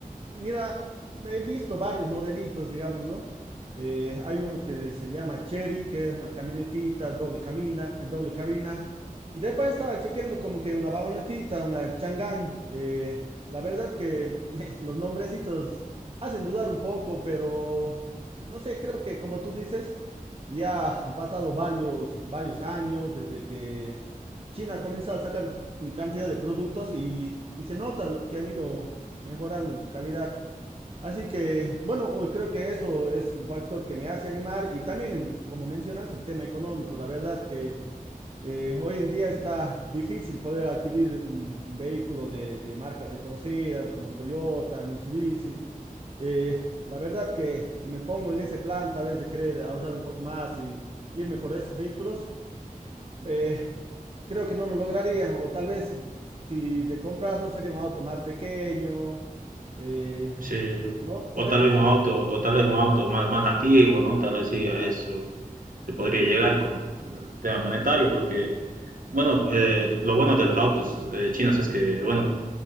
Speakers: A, on the right; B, on the right.
A: mira, he visto varios modelitos, digamos, ¿no? Eh, hay uno que se llama Cherry, que es una camionetita, doble camina, eh, doble cabina. Y después estaba chequeando como que una vagonetita, una Chang'an. eh, la verdad que <laughs> los nombrecitos hacen dudar un poco, pero no sé, creo que como tú dices, ya han pasado varios, varios años desde que China ha comenzado a sacar cantidad de productos y, y se nota lo que han ido mejorando en su calidad. Así que, bueno, hoy creo que eso es un factor que me hace animar y también, el- como mencionas, el tema económico. La verdad que eh, hoy en día está difícil poder adquirir un, un vehículo de, de marcas reconocidas como Toyota, Mitsubishi. Eh, la verdad que si me pongo en ese plan, tal vez de querer ahorrar un poco más y irme por esos vehículos eh, creo que no lo lograría. O tal vez si de comprarlo sería un auto más pequeño. eh,
B: Sí,
A: no, por
B: o
A: ese
B: tal vez
A: lado.
B: un auto, o tal vez un auto más, más antiguo, ¿no? Tal vez sí a eso se podría llegar con, con el tema monetario, porque, bueno, eh, lo bueno de los autos eh, chinos es que, bueno,